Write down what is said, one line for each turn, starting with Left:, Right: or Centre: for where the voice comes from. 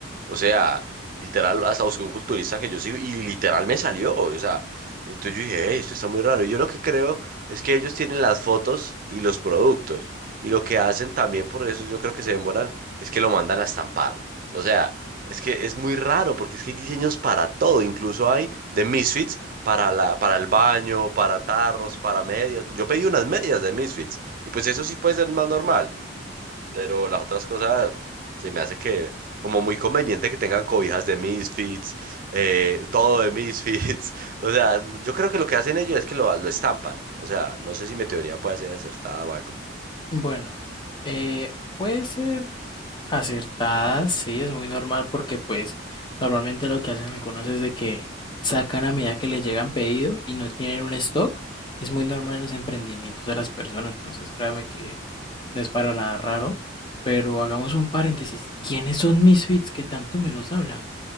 Right: O sea, literal, hasta busqué un culturista que yo sigo y literal me salió, o sea. Entonces yo dije, "Ey, esto está muy raro. Y yo lo que creo es que ellos tienen las fotos y los productos. Y lo que hacen también, por eso yo creo que se demoran, es que lo mandan a estampar. O sea, es que es muy raro porque es que hay diseños para todo. Incluso hay de Misfits para la, para el baño, para tarros, para medias. Yo pedí unas medias de Misfits. Y pues eso sí puede ser más normal. Pero las otras cosas se me hace que como muy conveniente que tengan cobijas de Misfits, eh, todo de Misfits. <laughs> O sea, yo creo que lo que hacen ellos es que lo, lo estampan. O sea, no sé si mi teoría puede ser acertada o algo.
Left: Bueno, eh, puede ser acertada, sí, es muy normal porque pues normalmente lo que hacen algunos es de que sacan a medida que les llegan pedido y no tienen un stock. Es muy normal en los emprendimientos de las personas, entonces créame que no es para nada raro. Pero hagamos un paréntesis. ¿Quiénes son Misfits que tanto me los habla?